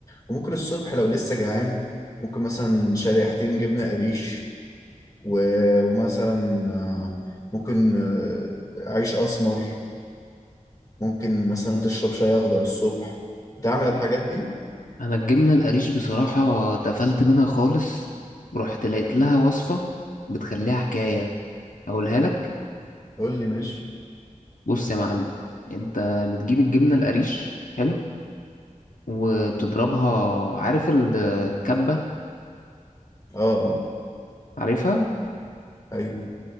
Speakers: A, on the left; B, on the left.
A: وممكن الصبح لو لسه جعان ممكن مثلا شريحتين جبنة قريش و... ومثلا آه، ممكن آه، عيش أسمر ممكن مثلا تشرب شاي اخضر الصبح بتعمل الحاجات دي
B: أنا الجبنة القريش بصراحة اتقفلت منها خالص ورحت لقيت لها وصفة بتخليها حكاية أقولها لك
A: قول لي ماشي
B: بص يا معلم أنت بتجيب الجبنة القريش حلو وبتضربها عارف الكبة
A: اه اه
B: عارفها
A: ايوه